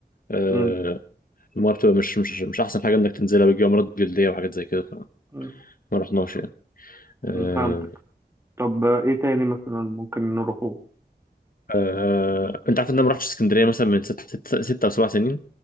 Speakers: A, on the left; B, on the right.
A: أه...
B: مم.
A: الميه بتبقى مش مش مش احسن حاجه انك تنزلها بيجي امراض جلديه وحاجات زي كده فما
B: مم.
A: رحناش يعني أه...
B: مم. فهمتك طب آه، ايه تاني مثلا ممكن نروحوه
A: أه... آه، انت عارف ان انا ما رحتش اسكندريه مثلا من ست ست, ست او سبع سنين